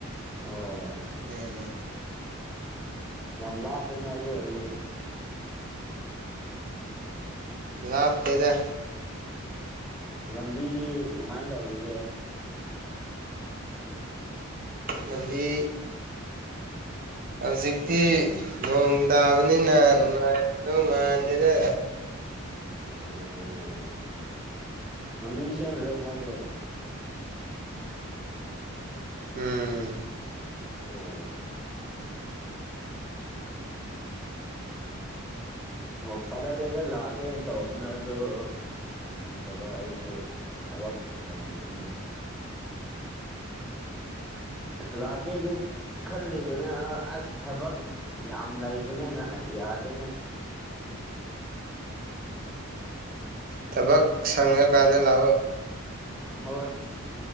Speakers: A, in the centre; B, on the right.
A: ꯑꯣ
B: ꯎꯝ
A: ꯌꯥꯝ ꯂꯥꯞꯄꯦꯅ ꯑꯗꯨ ꯑꯣꯏꯔꯗꯤ
B: ꯂꯥꯞꯇꯦꯗ
A: ꯂꯝꯕꯤꯗꯤ ꯀꯃꯥꯏꯅ ꯇꯧꯔꯤꯒꯦ
B: ꯂꯝꯕꯤ ꯍꯧꯖꯤꯛꯇꯤ ꯅꯣꯡ ꯇꯥꯕꯅꯤꯅ ꯅꯨꯡꯉꯥꯏꯗꯧ ꯃꯥꯟꯗꯦꯗ
A: ꯑꯣ ꯂꯝꯕꯤ ꯁꯦꯝꯃꯤꯔꯣ ꯃꯣꯏꯗꯣ
B: ꯎꯝ
A: ꯑꯣ <unintelligible> ꯑꯣ ꯐꯥꯗꫪꯗꯦꯗ ꯂꯥꯛꯀꯦ ꯇꯧꯕꯅꯤ ꯑꯗꯣ ꯁꯪꯗꯕ ꯑꯩꯁꯨ ꯊꯕꯛ ꯂꯩꯕꯅꯦꯅ ꯂꯥꯛꯀꯦꯗꯤ ꯈꯜꯂꯤꯕꯅꯦ ꯑꯁ ꯊꯕꯛ ꯌꯥꯝ ꯂꯩꯕꯅꯤꯅ ꯑꯁ ꯌꯥꯗꯦꯅꯦ
B: ꯊꯕꯛ ꯁꯪꯉꯀꯥꯟꯗ ꯂꯥꯛꯑꯣ
A: ꯍꯣꯏ